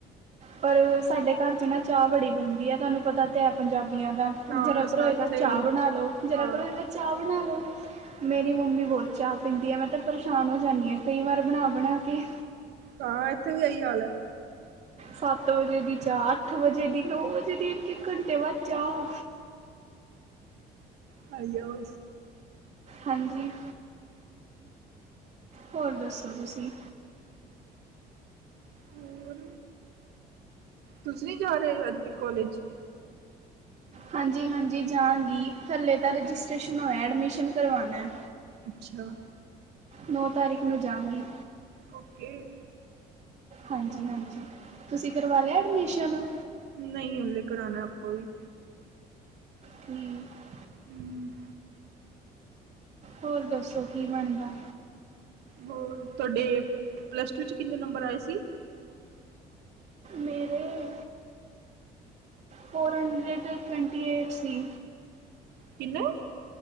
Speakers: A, on the right; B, on the right.
A: ਪਰ ਸਾਡੇ ਕਾਰ ਚ ਨਾ ਚਾ ਬੜੀ ਬਣਦੀ ਐ ਤਾਨੂ ਪਤਾ ਤੇ ਹੈ ਪੰਜਾਬੀਆਂ ਦਾ
B: ਹਾਂ
A: ਜ਼ਰਾ ਕੁ
B: ਸਾਥੇ
A: ਹੋਏਗਾ ਚਾਹ
B: ਵੀ
A: ਬਣਾਂ ਲਉ, ਜ਼ਰਾ
B: ਹਾਂ
A: ਕੁ ਹੋਏਗਾ ਚਾਹ ਬਣਾਂ ਲਉ ਮੇਰੀ ਮੰਮੀ ਬਹੁਤ ਚਾਹ ਪੀਂਦੀ ਹੈ, ਮੈਂ ਤਾਂ ਪਰੇਸ਼ਾਨ ਹੋ ਜਾਂਦੀ ਹਾਂ, ਕਈ ਵਾਰ ਬਣਾਂ -ਬਣਾਂ ਕੇ।
B: ਹਾਂ ਇੱਥੇ ਵੀ ਆਹੀਂ ਹਾਲ ਹੈ।
A: ਸੱਤ ਵਜੇ ਦੀ ਚਾਹ, ਅੱਠ ਵਜ਼ੇ ਦੀ, ਨੌ ਵਜ਼ੇ ਦੀ, ਇੱਕ- ਇੱਕ ਘੰਟੇ ਬਾਅਦ ਚਾਹ।
B: ਖਾਈ ਜਾਓ।
A: ਹਾਂਜੀ। ਹੋਰ ਦੱਸੋਂ ਤੁਸੀਂ?
B: ਹੋਰ ਤੁਸੀਂ ਨੀ ਜਾਂ ਰਹੇਂ ਅੱਜ-ਕੱਲ੍ਹ ਕੋਲਜ਼?
A: ਹਾਂਜੀ-ਹਾਂਜੀ, ਜਾਂਗੀ ਹਾਲੇ ਤਾਂ ਰਜਿਸਟ੍ਰੇਸ਼ਨ ਹੋਇਆਂ, ਐਡਮਿਸ਼ਨ ਕਰਵਾਉਣਾਂ।
B: ਅੱਛਾ।
A: ਨੌ ਤਾਰੀਕ ਨੂੰ ਜਾਊਂਗੀ।
B: ਓਕੇਂ।
A: ਹਾਂਜੀ-ਹਾਂਜੀ, ਤੁਸੀਂ ਕਰਵਾ ਲਿਆ ਏਡਮਿਸ਼ਨ?
B: ਨਹੀਂ ਹੱਲੇ, ਕਰਾਉਣਾਂ ਆਪਾਂ ਵੀ।
A: ਠੀਕ।
B: ਹੂੰ।
A: ਹੋਰ ਦੱਸੋਂ, ਕੀ ਬਣਦਾਂ?
B: ਹੋਰ, ਤੁਹਾਡੇ ਪਲੱਸ ਟੂ 'ਚ ਕਿੰਨੇ ਨੰਬਰ ਆਏਂ ਸੀ।
A: ਮੇਰੇਂ ਫੋਰ ਹੰਡਰੇਟ, ਟਵੈਂਟੀ ਏਟ ਸੀ।
B: ਕਿੰਨਾਂ?